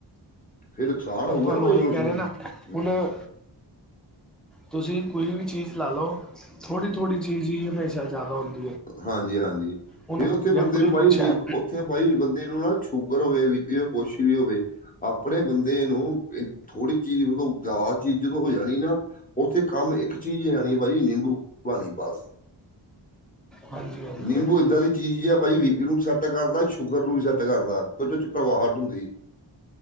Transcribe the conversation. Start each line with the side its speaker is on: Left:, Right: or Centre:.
Left: ਫੇਰ ਨੁਕਸਾਨ
Centre: ਮੈਂ
Left: ਹਊਗਾ
Centre: ਤੁਹਾਨੂੰ
Left: ਨਾ ਭਾਜੀ
Centre: ਉਹੀ
Left: ਉਸਨੂੰ,
Centre: ਕਹਿ ਰਿਹਾ ਨਾ
Left: ਹੁਂ।
Centre: ਹੁਣ ਤੁਸੀਂ ਕੋਈ ਵੀ ਚੀਜ਼ ਲਾ ਲਓ, ਥੋੜੀ-ਥੋੜੀ ਜੀ-ਜੀ, ਹਮੇਸ਼ਾ ਜ਼ਿਆਦਾ ਹੁੰਦੀ ਹੈ।
Left: ਹਾਂਜੀ-ਹਾਂਜੀ।
Centre: ਹੁਣ
Left: ਫਿਰ ਉੱਥੇ
Centre: ਜਾਂ
Left: ਬੰਦੇ
Centre: ਕੋਈ
Left: ਨੂੰ ਭਾਜੀ
Centre: ਕੁਛ
Left: ਨਿਬ,
Centre: ਹੈ
Left: ਉੱਥੇ ਭਾਜੀ ਬੰਦੇ ਨੂੰ ਨਾ ਸ਼ੂਗਰ ਹੋਵੇ, ਬੀ ਪੀ ਹੋ, ਕੁਛ ਵੀ ਹੋਵੇ ਆਪਣੇ ਬੰਦੇ ਨੂੰ, ਥੋੜੀ ਚੀਜ਼ ਮਤਲਬ ਜ਼ਿਆਦਾ ਚੀਜ਼ ਜਦੋਂ ਹੋ ਜਾਣੀ ਨਾ ਉੱਥੇ ਕੰਮ ਇੱਕ ਚੀਜ਼ ਆਣੀ ਭਾਜੀ, ਨਿੰਬੂ ਪਾਣੀ ਬਸ।
Centre: ਹਾਂਜੀ-ਹਾਂਜੀ,
Left: ਨਿੰਬੂ
Centre: ਹਾਂਜੀ।
Left: ਏਦਾਂ ਦੀ ਚੀਜ਼ ਆ ਭਾਜੀ, ਬੀ ਪੀ ਨੂੰ ਵੀ ਸੈਟ ਕਰਦਾ, ਸ਼ੂਗਰ ਨੂੰ ਵੀ ਸੈੱਟ ਕਰਦਾ, ਕਿਉੰਕਿ ਓਚ ਕੜਵਾਹਟ ਹੁੰਦੀ ਏ।